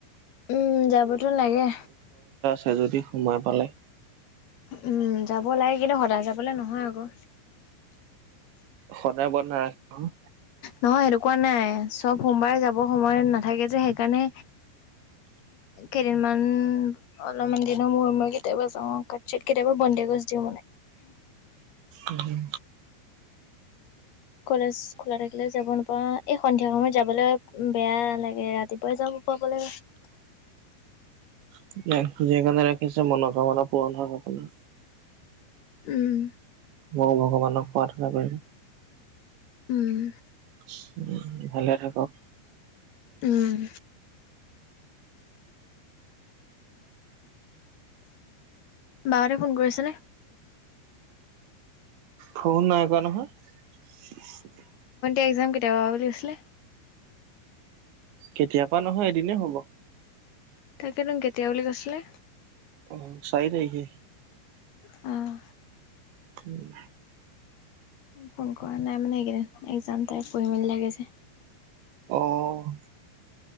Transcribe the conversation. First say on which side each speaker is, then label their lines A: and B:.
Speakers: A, on the left (about 60°); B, on the right (about 70°).
A: উম, যাবতো লাগে।
B: তই যদি সোনা পালে
A: উম, যাব লাগে, কিন্তু সদায় যাবলে নহয় আকৌ।
B: সদায় বন্ধ নাৰাখে ন।
A: নহয় সেতোকুৱা নাই, চব সোমবাৰে যাব সময় নাথাকে যে, সেইকাৰণে কেইদিনমান অলপমান দিনৰ মূৰত মাজতে এবাৰ যাওঁ, তাৰপিছত কেতিয়াবা বন্ধই <unintelligible> দিওঁ মানে।
B: উম,
A: কলেজ খোলা থাকিলে যাব নাপাওঁ, এই সন্ধিয়া সময়ত যাবলৈ বেয়া লাগে, ৰাতিপুৱাই যা -ব লাগে। <unintelligible>
B: <unintelligible> ৰাখিছে মনোকামনা পূৰণ হওক <unintelligible>
A: উম।
B: মই ভগৱানক প্ৰাৰ্থনা কৰিম।
A: উম।
B: উম, ভালে থাকক।
A: উম। বাহঁতে ফোন কৰিছেনে?
B: ফোন নাই কৰা নহয়।
A: এগজাম কেতিয়া পৰা আছিলে?
B: কেতিয়াবা নহয়, এদিনেই হ'ব।
A: <unintelligible> কেতিয়া বুলি কৈছিলে?
B: অ', চাৰি তাৰিখে।
A: অ',
B: উম।
A: ফোন কৰা নাই মানে এইকেইদিন, এগজাম তাইম পঢ়িবলৈ লাগে যে।
B: অ',